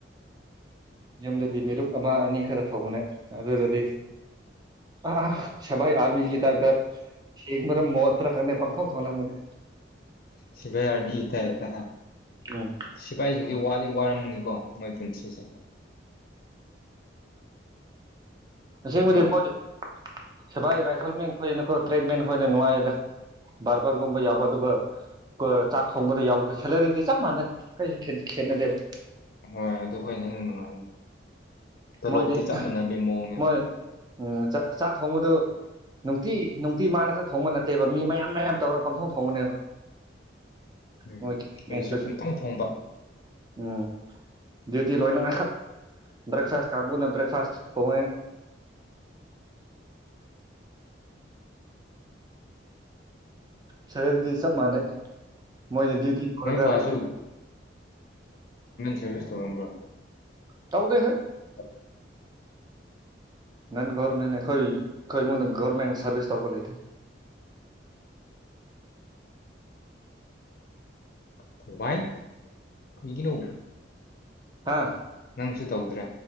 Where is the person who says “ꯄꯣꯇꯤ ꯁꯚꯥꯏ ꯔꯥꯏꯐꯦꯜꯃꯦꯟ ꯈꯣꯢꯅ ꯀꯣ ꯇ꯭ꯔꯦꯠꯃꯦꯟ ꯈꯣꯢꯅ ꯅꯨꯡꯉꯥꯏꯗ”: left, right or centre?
Right